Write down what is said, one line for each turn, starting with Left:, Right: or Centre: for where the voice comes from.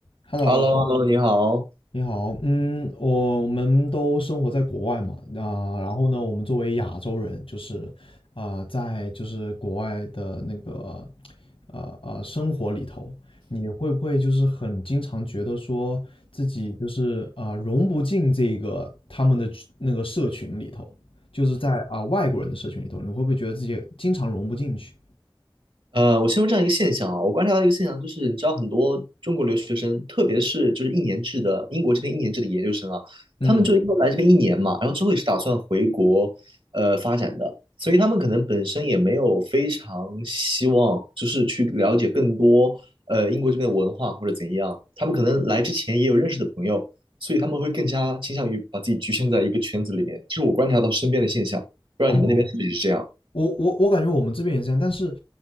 Left: Hello，
Right: h e l l o h e l l o 你好。
Left: 你好，嗯，我我们都生活在国外嘛，啊、然后呢，我们作为亚洲人，就是啊、在就是国外的那个呃呃生活里头，你会不会就是很经常觉得说自己就是啊融不进这个他们的群那个社群里头，就是在啊、外国人的社群里头，你会不会觉得自己经常融不进去？
Right: 呃，我先说这样一个现象啊，我观察到一个现象，就是你知道很多中国留学生，特别是就是一年制的英国这边一年制的研究生啊，
Left: 嗯，
Right: 他们就因为来这边一年嘛，然后之后也是打算回国呃发展的，所以他们可能本身也没有非常希望就是去了解更多呃英国这边的文化或者怎样，他们可能来之前也有认识的朋友，所以他们会更加倾向于把自己局限在一个圈子里面，其实我观察到身边的现象，不知道你们那边是不是这样？
Left: 哦，我我我感觉我们这边也是这样，但是